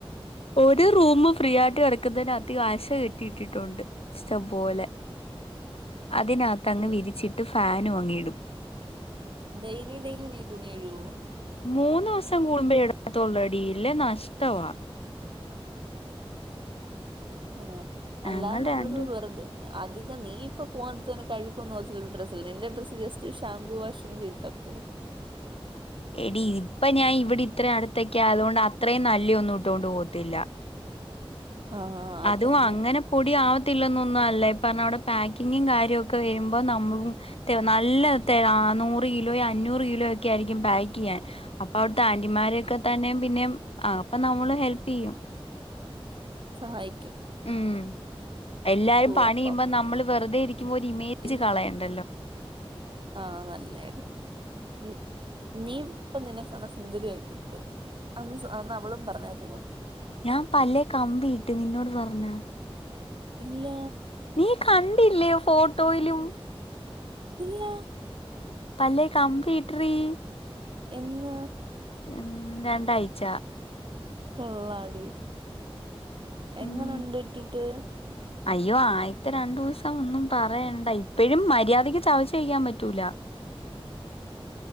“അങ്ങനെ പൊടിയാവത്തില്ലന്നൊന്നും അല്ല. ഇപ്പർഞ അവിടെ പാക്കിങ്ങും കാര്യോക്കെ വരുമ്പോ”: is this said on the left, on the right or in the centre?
Left